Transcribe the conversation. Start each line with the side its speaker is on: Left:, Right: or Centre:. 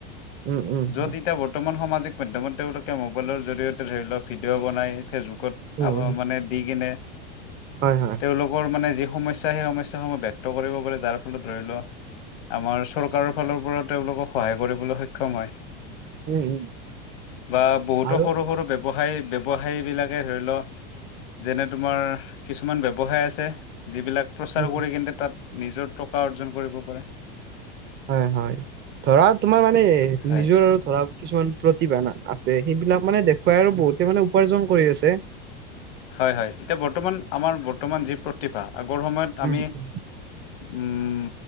Right: উম উম
Left: য'ত
Right: হয়
Left: এতিয়া বৰ্তমান সামাজিক মাধ্যমত তেওঁলোকে মোবাইলৰ জৰিয়তে ধৰি লওক ভিডিঅ' বনাই। ফেচবুকত
Right: উম
Left: আকৌ
Right: উম
Left: মানে দি কিনে
Right: হয় হয়
Left: তেওঁলোকৰ মানে যি- সমস্যা সেই সমস্যাসমূহ ব্যক্ত কৰিব পাৰে যাৰ ফলত ধৰি ল। আমাৰ চৰকাৰৰ ফালৰ পৰা তেওঁলোকক সহায় কৰিবলৈও সক্ষম হয়,
Right: উম উম
Left: বা বহুতো
Right: আৰু
Left: সৰু সৰু ব্যৱ- ব্যৱসায়ী ব্যৱসায়ীবিলাকে ধৰি ল। যেনে তোমাৰ কিছুমান ব্যৱসায় আছে। যিবিলাক প্ৰচাৰ
Right: উম
Left: কৰি কিন্তে তাত নিজৰ টকা অৰ্জন কৰিব পাৰে।
Right: হয় হয় ধৰা তোমাৰ মানে
Left: হয়
Right: নিজৰ ধৰা কিছুমান প্ৰতিভা না- আছে সেইবিলাক মানে দেখুৱাই আৰু বহুতে মানে উপাৰ্জন কৰি আছে
Left: হয় হয় এতিয়া বৰ্তমান আমাৰ বৰ্তমান যি প্ৰতিভা আগৰ সময়ত আমি
Right: উম উম
Left: উম